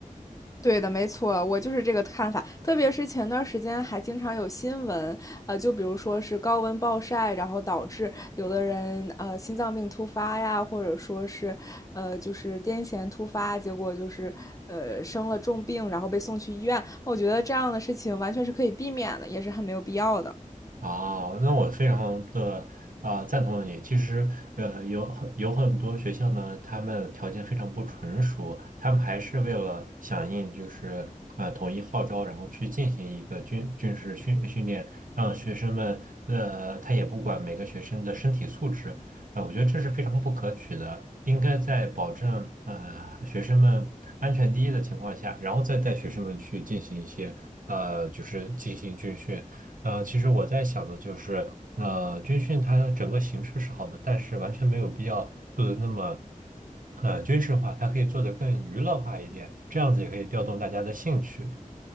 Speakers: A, on the left (about 25°); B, on the right (about 75°).
A: 对的，没错，我就是这个看法。特别是前段时间还经常有新闻，呃，就比如说是高温暴晒，然后导致有的人呃心脏病突发呀，或者说是呃就是癫痫突发，结果就是呃生了重病，然后被送去医院。我觉得这样的事情完全是可以避免的，也是很没有必要的。
B: 啊，那我非常的啊、呃赞同你。其实，呃，有很有很多学校呢，他们条件非常不成熟，他们还是为了响应就是啊统一号召，然后去进行一个军军事训训练，让学生们呃，他也不管每个学生的身体素质啊、呃我觉得这是非常不可取的。应该在保证呃学生们安全第一的情况下，然后再带学生们去进行一些呃就是进行军训。呃，其实我在想的就是，呃，军训它整个形式是好的，但是完全没有必要做的那么，呃，军事化，它可以做得更娱乐化一点，这样子也可以调动大家的兴趣。